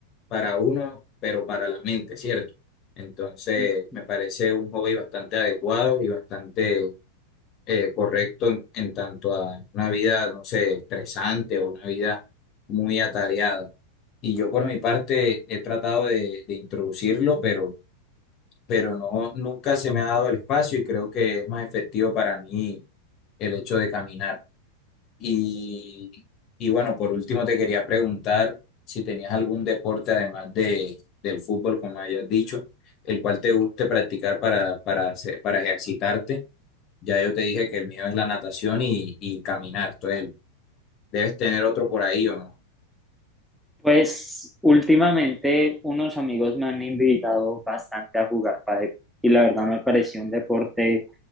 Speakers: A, on the left; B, in the centre.
A: para uno, pero para la mente, ¿cierto? Entonces,
B: Uh
A: me parece un hobby bastante adecuado y bastante eh, correcto en, en tanto a una vida, no sé, estresante o una vida muy atareada. Y yo por mi parte he tratado de, de introducirlo, pero, pero no, nunca se me ha dado el espacio y creo que es más efectivo para mí el hecho de caminar. Y, y bueno, por último te quería preguntar si tenías algún deporte además de, del fútbol, como hayas dicho, el cual te guste practicar para, para, hacer- para ejercitarte. Ya yo te dije que el mío es la natación y, y caminar. Entonces, debes tener otro por ahí o no.
B: Pues últimamente unos amigos me han invitado bastante a jugar pádel y la verdad me pareció un deporte